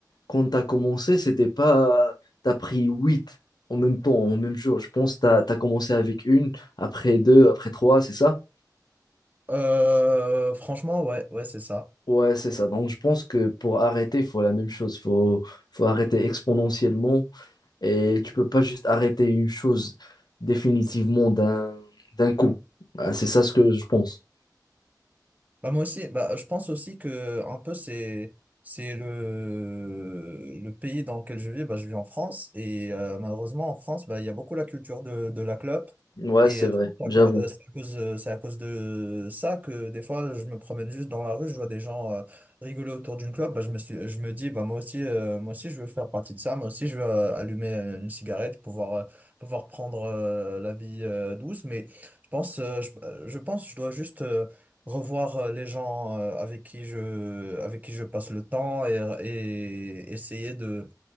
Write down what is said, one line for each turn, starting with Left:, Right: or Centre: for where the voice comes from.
Left: quand tu as commencé, c'était pas. Tu as pris huit en même temps, en même jour. Je pense que tu as, commencé avec une, après deux, après trois, c'est ça?
Right: euh, franchement, ouais, ouais, c'est ça.
Left: Ouais, c'est ça. Donc, je pense que pour arrêter, il faut la même chose. Il faut, faut arrêter exponentiellement. Et tu peux pas juste arrêter une chose définitivement d'un, d'un coup. Ah, c'est ça ce que je pense.
Right: Bah moi aussi, bah, je pense aussi que un peu c'est c'est le le pays dans lequel je vis. Bah, je vis en France et euh, malheureusement en France, bah, il y a beaucoup la culture de, de la clope
Left: Ouais,
Right: et
Left: c'est
Right: euh,
Left: vrai.
Right: je pense que
Left: J'avoue.
Right: c'est à cor- euh, c'est à cause euh, c'est à cause de ça que des fois je me promène juste dans la rue, je vois des gens euh, rigoler autour d'une clope. Bah, je me suis je me dis bah moi aussi euh, moi aussi je veux faire partie de ça. Moi aussi je veux euh, allumer euh, une cigarette, pouvoir euh, pouvoir prendre euh, la vie euh, douce. Mais je pense euh, je, euh, je pense je dois juste euh, revoir euh, les gens euh, avec qui je avec qui je passe le temps et, et essayer de